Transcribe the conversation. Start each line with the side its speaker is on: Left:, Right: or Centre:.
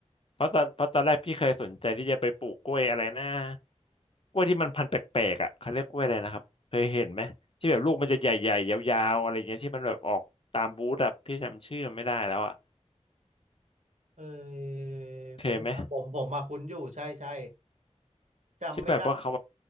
Left: เพราะตอนเพราะตอนแรกพี่เคยสนใจที่จะไปปลูกกล้วยอะไรนะกล้วยที่มันพันธุ์แปลกๆอ่ะเขาเรียกกล้วยอะไรนะครับเคยเห็นไหมที่แบบลูกมันจะใหญ่ๆยาวๆอะไรอย่างเงี้ยที่มันแบบออกตามบูธอ่ะพี่จำชื่อไม่ได้แล้วอ่ะ
Right: เออ
Left: เคยไหม
Right: แป๊บนึงครับผมผมมาคุ้นอยู่ใช่ใช่จำไม่ได้
Left: ที่แบบว่าเขา